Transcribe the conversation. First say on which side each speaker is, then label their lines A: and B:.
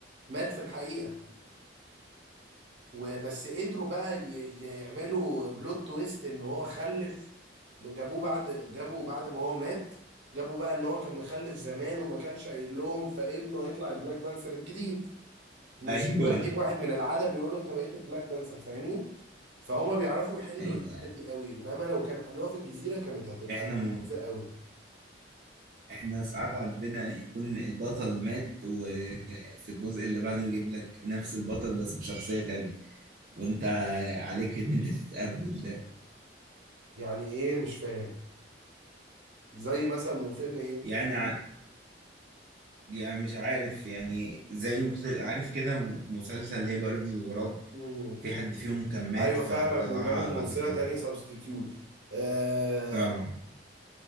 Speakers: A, on the right; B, on the right.
A: مات في الحقيقة وبس قدروا بقى ي- يعملوا بلوت تويست ان هو خلف انه جابوه بعد جابوه بعد ما هو مات جابوا بقى ان هو كان مخلف زمان وما كانش قايل لهم فابنه هيطلع البلاك بانثر الجديد انه
B: <laughs> ايوه
A: مش هيقدر يجيب واحد من العدم يقول له انت بقيت البلاك بانثر فاهمني فهما بيعرفوا يحلوا
B: ايوه
A: الحتة دي قوي انما لو كانوا حلوها في الجزيرة كانت هتبقى
B: احنا م...
A: لذيذة قوي
B: احنا ساعات عندنا يكون البطل مات وفي الجزء اللي بعده يجيب لك نفس البطل بس بشخصية تانية وانت عليك ان انت تتقبل ده
A: يعني ايه مش فاهم زي مثلا من فيلم ايه
B: يعني يعني مش عارف يعني زي مس- عارف كده م- مسلسل هبة رجل الغراب
A: مم،
B: في
A: مم.
B: حد فيهم كان مات
A: ايوه
B: فطلعها
A: فاهمك وجابوا ممثله
B: بعد كده
A: تانية سبستيتيوت آه
B: اه